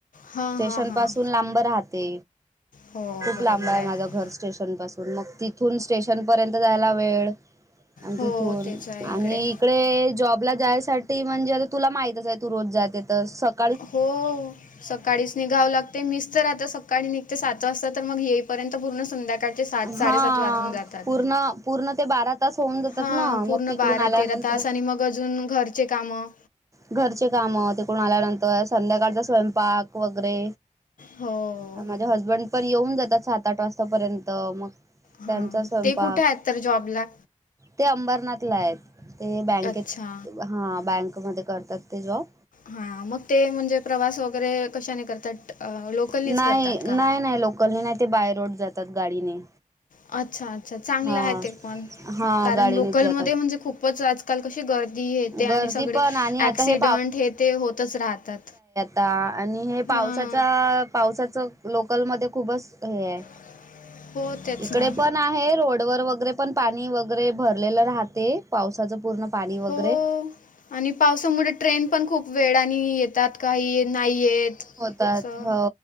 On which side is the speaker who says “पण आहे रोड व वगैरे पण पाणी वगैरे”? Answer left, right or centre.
Right